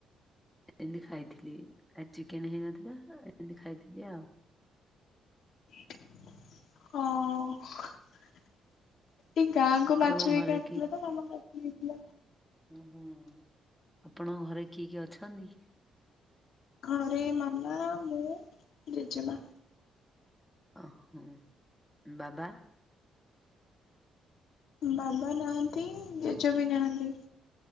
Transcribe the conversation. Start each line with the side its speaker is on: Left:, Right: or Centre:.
Centre: ଏତିକି ଖାଇଥିଲି ଆଜି ଚିକେନ୍ ହେଇନଥିଲା ଏମିତି ଖାଇଥିଲି ଆଉ।
Left: ହଁ। ଏଇ ଗାଁକୁ ମାଛ
Centre: ଆପଣଙ୍କ
Left: ବିକା
Centre: ଘରେ
Left: ଆସିଥିଲାତ ମାମା ରଖିଦେଇଥିଲା।
Centre: ଉ ହୁଁ ଆପଣଙ୍କ ଘରେ କିଏ କିଏ ଅଛନ୍ତି?
Left: ଘରେ ମାମା ମୁଁ ଜେଜେମା।
Centre: ଓ ହଁ ବାବା?
Left: ବାବା ନାହାନ୍ତି ଜେଜ ବି ନାହାନ୍ତି।